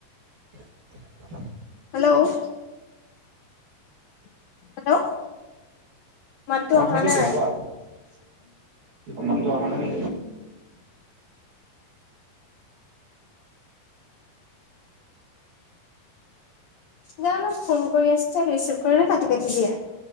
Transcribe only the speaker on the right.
<inaudible>
অ',
শুনিছো
কোৱা। মাতটো অহা নাই